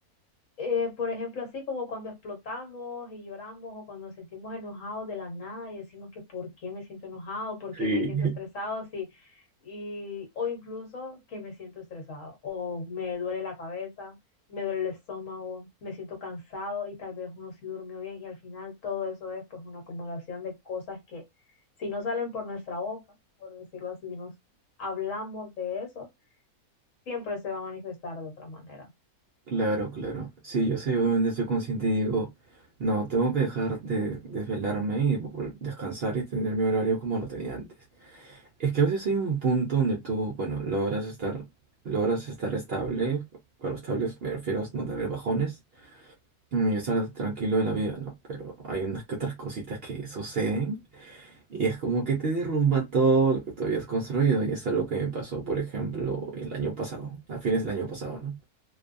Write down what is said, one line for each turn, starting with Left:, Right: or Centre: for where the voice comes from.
Left: Eh, por ejemplo, así como cuando explotamos y lloramos o cuando nos sentimos enojados de la nada y decimos que por qué me siento enojado, por qué
Right: Sí.
Left: me siento
Right: <laughs>
Left: estresado, sí, y, o incluso que me siento estresado o me duele la cabeza, me duele el estómago, me siento cansado y tal vez uno sí durmió bien y al final todo eso es pues una acumulación de cosas que si no salen por nuestra boca, por decirlo así, si nos hablamos de eso, siempre se va a manifestar de otra manera.
Right: Claro, claro. Sí, yo sé, obviamente estoy consciente y digo, no, tengo que dejar de desvelarme y vol- descansar y tener mi horario como lo tenía antes. Es que a veces hay un punto donde tú, bueno, logras estar, logras estar estable, claro, estables me refiero a no tener bajones mm, y estar tranquilo de la vida, ¿no? Pero hay unas que otras cositas que suceden Y es como que te derrumba todo lo que tú habías construido. Y es algo que me pasó, por ejemplo, el año pasado, a fines del año pasado, ¿no?